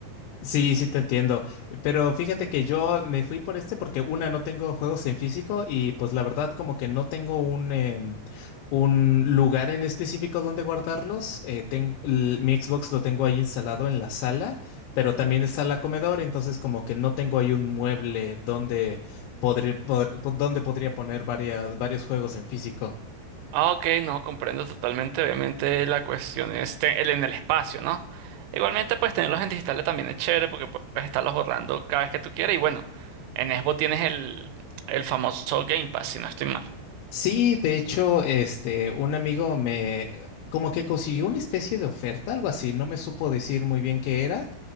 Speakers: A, on the left; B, on the right.
A: Sí, sí te entiendo. Pero fíjate que yo me fui por este porque una, no tengo juegos en físico y pues la verdad como que no tengo un, em, un lugar en específico donde guardarlos. Eh, ten- l- mi Xbox lo tengo ahí instalado en la sala, pero también está la comedor, entonces como que no tengo ahí un mueble donde podré- pod- donde podría poner varias, varios juegos en físico.
B: Ah, ok, no, comprendo totalmente. Obviamente la cuestión es te- el en el espacio, ¿no? Igualmente, pues tenerlos en digitales también es chévere porque puedes estarlos borrando cada vez que tú quieras. Y bueno, en Xbox tienes el, el famoso Game Pass, si no estoy mal.
A: Sí, de hecho, este, un amigo me como que consiguió una especie de oferta, algo así, no me supo decir muy bien qué era.